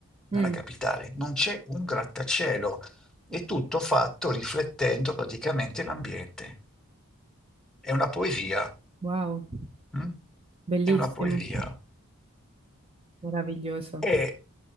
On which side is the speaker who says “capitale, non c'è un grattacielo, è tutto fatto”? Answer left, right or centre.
Centre